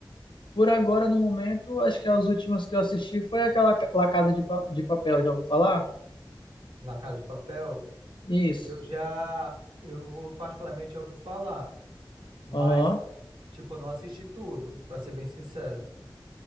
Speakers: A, on the left; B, on the right.
A: Por agora, no momento, acho que as últimas que eu assisti foi aquela ca- La Casa de, Pa- de Papel, já ouviu falar?
B: La Casa de Papel?
A: Isso.
B: Eu já, eu vou- particularmente já ouvi falar, mas,
A: Aham.
B: tipo, eu não assisti tudo, pra ser bem sincero.